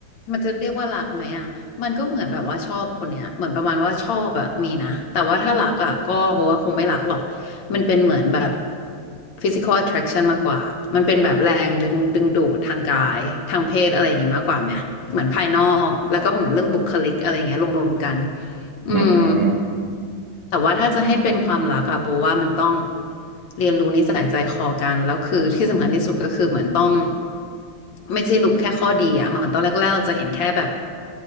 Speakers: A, on the left; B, on the right.
A: มันจะเรียกว่ารักไหมอ่ะมันก็เหมือนแบบว่าชอบคนเนี้ยเหมือนประมาณว่าชอบอะมีนะแต่ว่าถ้ารักอะก็บอกว่าคงไม่รักหรอกมันเป็นเหมือนแบบ physical attraction มากกว่ามันเป็นแบบแรงดึงดึงดูดทางกายทางเพศอะไรอย่างงี้มากกว่าไหมเหมือนภายนอกแล้วก็เหมือนเรื่องบุคลิกอะไรอย่างเงี้ยรวมๆกันอืม
B: อืม
A: แต่ว่าถ้าจะให้เป็นความรักอะโบว่ามันต้องเรียนรู้นิสัยใจคอกันแล้วคือที่สำคัญที่สุดก็คือเหมือนต้องไม่ใช่รู้แค่ข้อดีอะเหมือนตอนแรกๆเราจะเห็นแค่แบบ